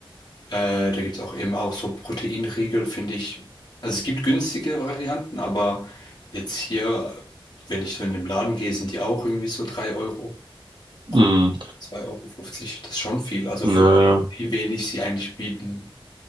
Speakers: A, on the left; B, on the right.
A: äh, da gibt's auch eben auch so Proteinriegel, finde ich. Also es gibt günstige Varianten, aber jetzt hier, wenn ich so in den Laden gehe, sind die auch irgendwie so 3 Euro.
B: mm,
A: Euro, 2,50 Euro, fünfzig, das ist schon viel. Also
B: ja,
A: für
B: ja.
A: we- wie wenig sie eigentlich bieten,